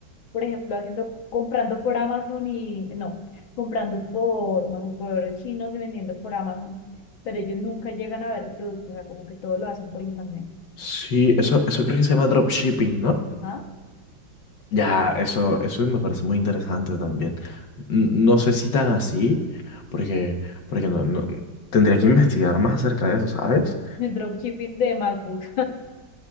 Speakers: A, on the left; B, on the left.
A: por ejemplo, haciendo, comprando por Amazon y, no, comprando por, no sé, por chinos y vendiendo por Amazon, pero ellos nunca llegan a ver el producto, o sea, como que todo lo hacen por internet.
B: Sí, eso, eso creo que se llama dropshipping, ¿no?
A: Ajá.
B: Ya, eso, eso me parece muy interesante también. N- No sé si tan así, porque, porque no, no, tendría que investigar más acerca de eso, ¿sabes?
A: El dropshipping de MacBooks.